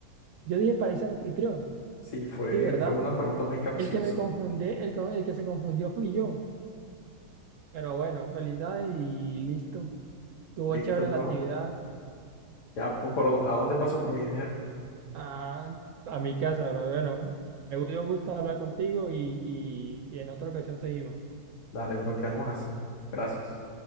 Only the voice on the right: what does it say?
Yo dije país anfitrión.
Sí, ¿verdad?
El que me confundí, el, co- el que se confundió fui yo. Pero bueno, felicidades y listo. Tuvo
chévere
la actividad
a, a mi casa, pero bueno, me dio gusto hablar contigo y, y y en otra ocasión seguimos.